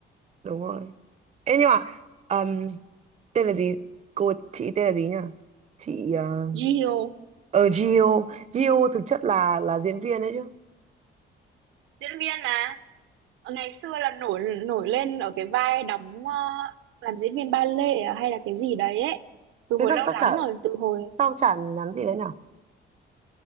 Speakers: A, on the right; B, on the right.
A: đúng rồi Ê nhưng mà ờm, tên là gì cô chị tên là gì nhỉ chị ờ,
B: Jihyo
A: ở Gio Gio thực chất là là diễn viên đấy chứ
B: diễn viên mà Ờ, ngày xưa là nổi nổi lên ở cái vai đóng ờ, làm diễn viên ba lê à, hay là cái gì đấy ấy từ hồi
A: thế sao
B: lâu
A: sao
B: lắm
A: chả
B: rồi từ hồi
A: sao chả nhắn gì đấy nhở